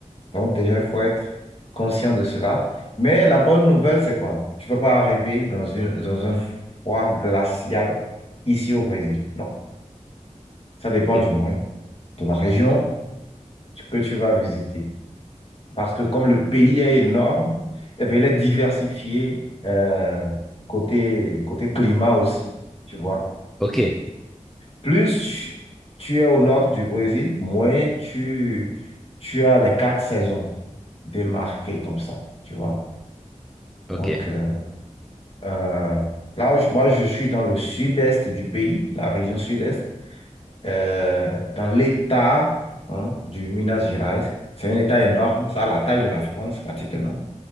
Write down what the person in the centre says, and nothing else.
ok,
ok.
ok.